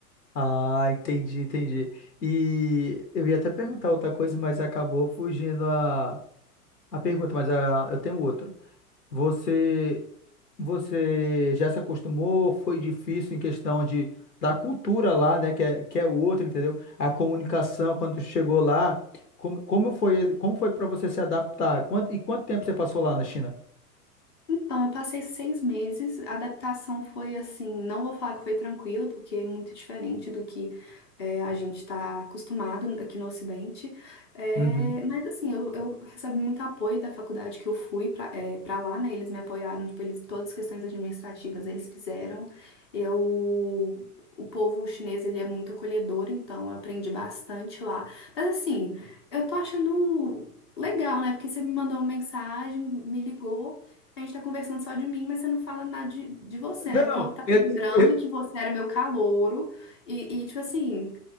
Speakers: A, on the left (about 85°); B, on the left (about 20°).
A: Ah, entendi, entendi. E eu ia até perguntar outra coisa, mas acabou fugindo a, a pergunta, mas a, eu tenho outra. Você Você já se acostumou? Foi difícil em questão de da cultura lá, né? Que é, que é outra, entendeu? A comunicação quando chegou lá, como, como foi, como foi para você se adaptar? Quanto, e quanto tempo você passou lá na China?
B: Então, eu passei seis meses. A adaptação foi assim, não vou falar que foi tranquila, porque é muito diferente do que é, a gente está acostumado aqui no Ocidente. É,
A: Uhum.
B: mas assim, eu, eu recebi muito apoio da faculdade que eu fui para para lá, né? Eles me apoiaram, tipo, eles, todas as questões administrativas eles fizeram. Eu O povo chinês, ele é muito acolhedor, então eu aprendi bastante lá. Mas assim, eu tô achando legal, né? Porque você me mandou uma mensagem, me ligou, a gente tá conversando só de mim, mas você não fala nada de, de você,
A: Não,
B: né? Porque eu tava
A: eu,
B: lembrando
A: eu-
B: que você era meu calouro e, e, tipo assim,